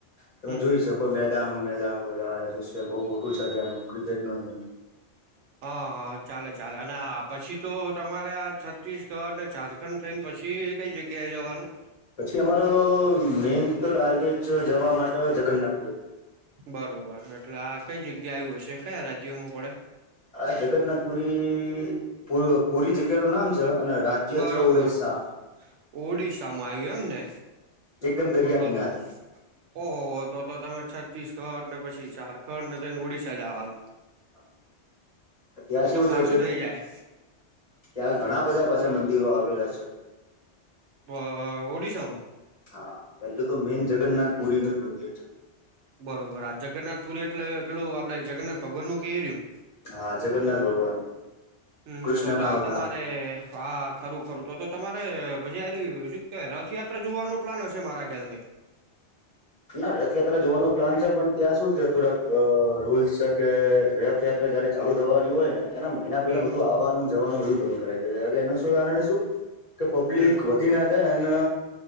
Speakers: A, on the left; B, on the right.
A: તમે
B: હમ
A: જોઈ
B: હમ હમ
A: શકો
B: હમ
A: મેદાનો મેદાનો બધા એસોસન બહુ મોટું છે તનું ક્રિકેટ નુ એનું,
B: હા હા ચાલે ચાલે અને આ પછી તો તમારે છત્તીસગઢ ને ઝાર ખંડ થઈને પછી કઈ જગ્યાએ જવાનું.
A: પછી અમારો મેન તો ટાર્ગેટ છે જવા માટે જગન્નાથ.
B: બરોબર એટલે આ કઈ જગ્યા આવ હશે કયા રાજ્યોમાં પડે.
A: આ જગન્નાથ પુરી પુરી જગ્યા નું નામ છે. અને રાજ્ય
B: બરોબર
A: છે ઓરિસ્સા
B: ઓડિશામાં આવ્યું એમને
A: એકદમ દરિયા
B: તો
A: કિનારે
B: તો. ઓહો હો તો તો તમે છત્તીસગઢ ને પછી ઝારખંડ ને થઈને ઓડિશા જવાનું.
A: હા. ત્યાં
B: તો
A: છે
B: તો
A: એવું
B: ખાસું
A: છે કે
B: થઇ જાય
A: ત્યાં ઘણા બધા પાછા મંદિરો આવેલા છે.
B: બ.. ઓડિશામાં.
A: હા પહેલું તો મેન જગન્નાથપુરી નું જ મંદિર છે.
B: બરોબર આ જગન્નાથપુર એટલે પેલું આપડે જગન્નાથ ભગવાન નું કે એ રહ્યું.
A: હા જગન્નાથ ભગવાન
B: હમ
A: કૃષ્ણ
B: તો તો
A: ના
B: આ
A: અવતાર
B: તમારે. હા ખરું ખરું તો તો તમારે પછી આજ શું કેવાય રથયાત્રા જોવાનું પ્લાન હશે મારા ખ્યાલથી.
A: ના રથયાત્રા જોવાનો પ્લાન છે પણ ત્યાં શું છે થોડાક રૂલ્સ છે કે ર રથયાત્રા જયારે ચાલુ થવાની હોયને, એના મહિના પહેલા
B: હમ
A: બધું આવવાનુંને જવાનું બધું બંધ કરાવ દે એના શ કારણે શું કે પબ્લિક
B: હમ
A: વ ધી ના જાય અને